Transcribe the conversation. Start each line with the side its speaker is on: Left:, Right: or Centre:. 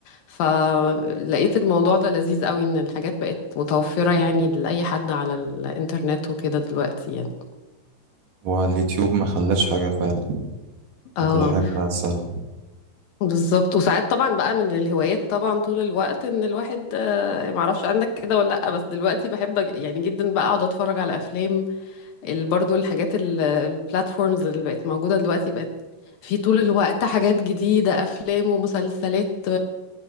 Left: فلقيت الموضوع ده لذيذ قوي ان الحاجات بقت متوفره يعني لاي حد على الانترنت وكده دلوقتي يعني
Right: واليوتيوب ما خلاش حاجه فعلا
Left: اه
Right: يعني كل حاجه سهله
Left: بالظبط وساعات طبعا بقى من الهوايات طبعا طول الوقت ان الواحد آه، معرفش عندك كده ولا لا بس دلوقتي بحب أج- يعني جدا بقى اقعد اتفرج على افلام ال- برضو الحاجات ال- البلاتفورمز اللي بقت موجوده دلوقتي بقت في طول الوقت حاجات جديده افلام ومسلسلات